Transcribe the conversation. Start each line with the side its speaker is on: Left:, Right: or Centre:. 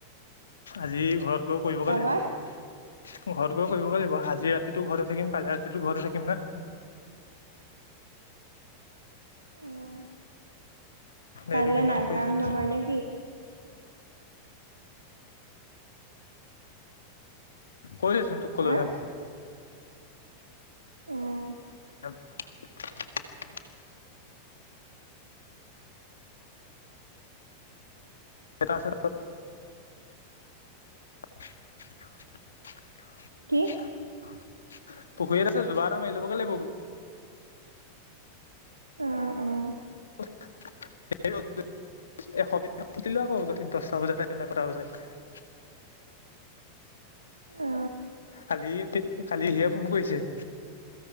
Left: আজি ঘৰত গৈ কৰিবগে
Right: তাৰপা
Left: লাগিব। ঘৰত গৈ কৰিবগৈ লাগিব। আজি ৰাতিটো ঘৰতে থাকিম কাইলৈ ৰাতিটো ঘৰতে থাকিম না।
Right: অ', কাইলৈ
Left: এই দুদিনত
Right: নাই
Left: কৰি
Right: কাম
Left: শেষ
Right: নহয় নে কি?
Left: কৰি আছো তোক ক'লৈ
Right: হা
Left: যাম।
Right: উম।
Left: <inaudible> এটা আছে <unintelligible>
Right: কি?
Left: পুখুৰী এটা আছে জোগাৰ এটা মাৰি ল'বগে লাগিব বোলো।
Right: অ', অ'।
Left: <inaudible> <unintelligible> দহটা বজাতে <unintelligible>
Right: অ
Left: কালি ৰাতি কালি হেৰিয়ে ফোন কৰিছে।